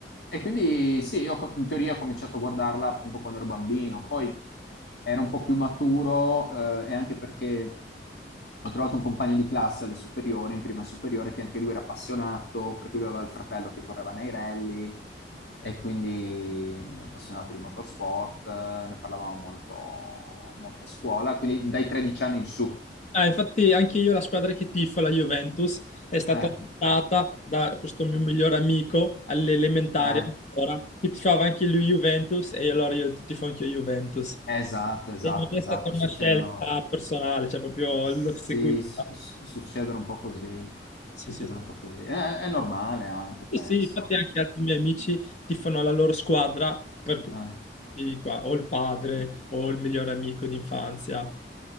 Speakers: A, on the left; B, on the left.
A: E quindi sì, io in teoria ho cominciato a guardarla appunto quando ero bambino, poi era un po' più maturo eh, e anche perché ho trovato un compagno di classe alle superiori, in prima superiore, che anche lui era appassionato, perché lui aveva il fratello che correva nei rally e quindi appassionato di motorsport, eh, ne parlavamo molto, molto a scuola, quindi dai 13 anni in su.
B: Ah, infatti anche io la squadra che tifo, la Juventus, è stata
A: Eh,
B: portata da questo mio migliore amico all'elementare
A: eh,
B: ancora, che tifava anche lui Juventus e allora io tifo anche io Juventus.
A: esatto, esatto,
B: E non è
A: esatto,
B: stata una
A: succedono,
B: scelta personale, cioè proprio
A: sì,
B: l'ho seguita.
A: s- s- succedono un po' così,
B: Sì,
A: succedono
B: sì.
A: un po' così. È, è normale anche, penso.
B: Sì, sì, infatti anche altri miei amici tifano la loro squadra per cui-
A: Ah.
B: di qua, o il padre o il migliore amico d'infanzia.